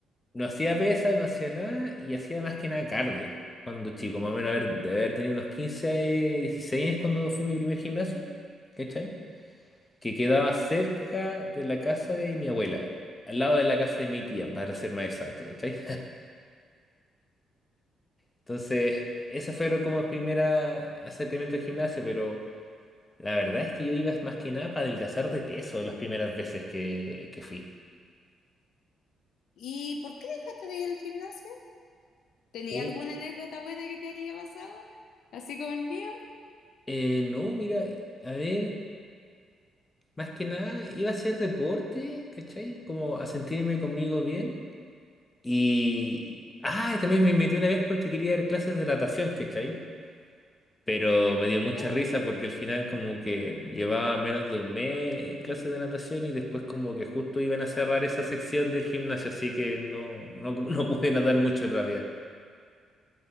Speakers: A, on the left; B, on the left.
A: no hacía pesa, no hacía nada y hacía más que nada cardio. Cuando chico, más o menos haber, de haber tenido unos 15 eh, 16 años cuando fui a mi primer gimnasio, ¿cachai? Que quedaba cerca de la casa de mi abuela, al lado de la casa de mi tía, para ser más exacto, ¿cachai? Entonces, ese fueron como el primer acercamiento al gimnasio, pero la verdad es que yo iba más que nada para adelgazar de peso las primeras veces que, que fui.
B: ¿Y por qué dejaste de ir al gimnasio? ¿Tenía
A: Uh,
B: alguna anécdota buena que te haya pasado? Así como el mío.
A: eh, no, mira, a ver, más que nada iba a hacer deporte, ¿cachai? Como a sentirme conmigo bien. Y... Ah, y también me metí una vez porque quería dar clases de natación, ¿cachai? Pero me dio
B: Ya.
A: mucha risa porque al final como que llevaba menos de un mes en clases de natación y después como que justo iban a cerrar esa sección del gimnasio, así que no, no, <laughs> no pude nadar mucho en realidad.